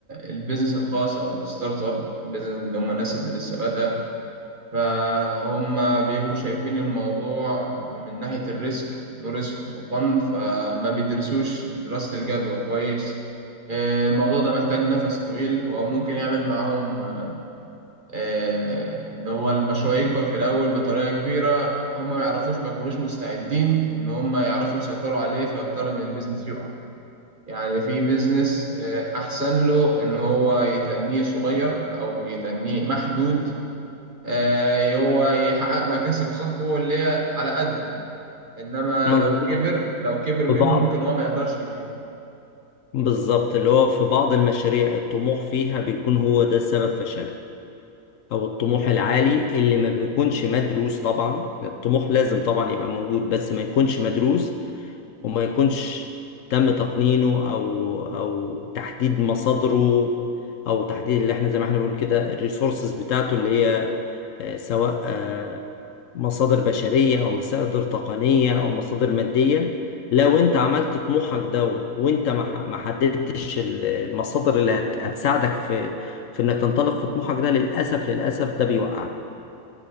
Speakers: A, on the right; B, on the left.
A: البيزنس الخاص أو الستارت أب بيزنس اللي هم الناس اللي لسه بادئة فهم بيبقوا شايفين الموضوع من ناحية الريسك نو ريسك نو فن فما بيدرسوش دراسة الجدوى كويس آه، الموضوع ده محتاج نفس طويل هو ممكن يعمل معاهم آه، ان هو المشروع يكبر في الاول بطريقه كبيره هم ما يعرفوش ما يكونوش مستعدين ان هم يعرفوا يسيطروا عليه فيضطر ان البيزنس يقع يعني في بيزنس آه، احسن له ان هو يتنيه صغير او يتنيه محدود آه، هو يحقق مكاسب صاحبه اللي هي على قده انما
B: مظبوط
A: لو كبر لو كبر
B: في
A: منه
B: بعض
A: ممكن هو ما يقدرش يديره
B: بالظبط اللي هو في بعض المشاريع الطموح فيها بيكون هو ده سبب فشلها او الطموح العالي اللي ما بيكونش مدروس طبعا الطموح لازم طبعا يبقى موجود بس ما يكونش مدروس وما يكونش تم تقنينه او او تحديد مصادره او تحديد اللي احنا زي ما احنا بنقول كده الريسورسز بتاعته اللي هي آه، سواء آه، مصادر بشرية أو مصادر تقنية أو مصادر مادية لو أنت عملت طموحك ده وأنت ما ح- ما حددتش ال- المصادر اللي هت- هتساعدك في في إنك تنطلق في طموحك ده للأسف للأسف ده بيوقعك